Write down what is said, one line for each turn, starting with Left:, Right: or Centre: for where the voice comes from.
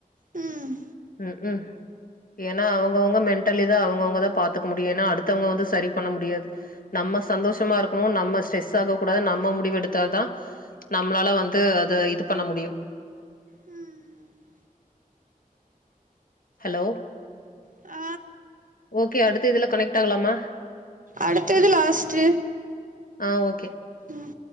Right: ம்
Left: ம் ஏன்னா அவங்கவுங்க மென்டலி தான் அவங்கவுங்கதா பாத்துக்க முடியும் ஏன்னா அடுத்தவங்க வந்து சரி பண்ண முடியாது நம்ம சந்தோஷமா இருக்கனோ நம்ம ஸ்ட்ரெஸ் ஆக கூடாது நம்ம முடிவெடுத்தாதா நம்மளால வந்து அத இது பண்ண முடியும்
Right: ம்
Left: ஹலோ
Right: ஆ
Left: ஓகே அடுத்து இதுல கனெக்ட் ஆகலாமா
Right: அடுத்த இது லாஸ்ட்டு
Left: ஆ ஓகே
Right: உம்